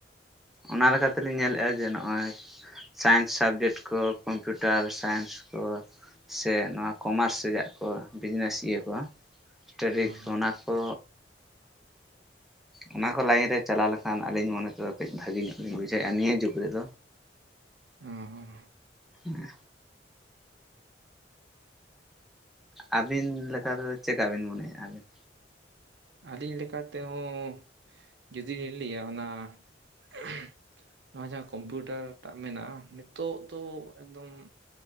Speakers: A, in the centre; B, on the right.
A: ᱚᱱᱟ ᱞᱮᱠᱟ ᱛᱮ ᱞᱤᱧ ᱧᱮᱞᱮᱫᱼᱟ ᱡᱮ ᱱᱚᱜᱼᱚᱭ ᱥᱟᱭᱮᱱᱥ ᱥᱟᱵᱡᱮᱠᱴ ᱠᱚ ᱠᱚᱢᱯᱤᱭᱩᱴᱟᱨ ᱥᱟᱭᱮᱱᱥ ᱠᱚ ᱥᱮ ᱱᱚᱣᱟ ᱠᱚᱢᱟᱨᱥ ᱨᱮᱭᱟᱜ ᱠᱚ ᱵᱤᱡᱽᱱᱮᱥ ᱤᱭᱟᱹ ᱠᱚ ᱥᱴᱟᱰᱤ
B: ᱦᱚᱸ,
A: ᱚᱱᱟ ᱠᱚ ᱚᱱᱟ ᱠᱚ ᱞᱟᱭᱤᱱ ᱨᱮ ᱪᱟᱞᱟᱣ ᱞᱮᱠᱷᱟᱱ ᱟᱹᱞᱤᱧ ᱢᱚᱱᱮ ᱛᱮᱫᱚ ᱠᱟᱹᱡ ᱵᱷᱟᱹᱜᱮ ᱧᱚᱜ ᱞᱤᱧ ᱵᱩᱡᱷᱟᱹᱣᱼᱟ ᱱᱤᱭᱟᱹ ᱡᱩᱜᱽ ᱨᱮᱫᱚ
B: ᱩᱸ ᱦᱩᱸ
A: ᱦᱮᱸ ᱟᱹᱵᱤᱱ ᱞᱮᱠᱟᱛᱮᱫᱚ ᱪᱮᱠᱟ ᱵᱤᱱ ᱢᱚᱱᱮᱭᱮᱫᱼᱟ ᱟᱹᱵᱤᱱ
B: ᱟᱹᱞᱤᱧ ᱞᱮᱠᱟ ᱛᱮᱦᱚᱸᱻ ᱡᱩᱫᱤ ᱞᱤᱧ ᱞᱟᱹᱭᱟ ᱚᱱᱟ᱾ <unintelligible> ᱱᱚᱣᱟ ᱡᱟᱦᱟᱸ ᱠᱚᱢᱯᱤᱭᱩᱴᱟᱨ ᱴᱟᱜ ᱢᱮᱱᱟᱜᱼᱟ ᱱᱤᱛᱳᱜ ᱫᱚ ᱮᱠᱫᱚᱢ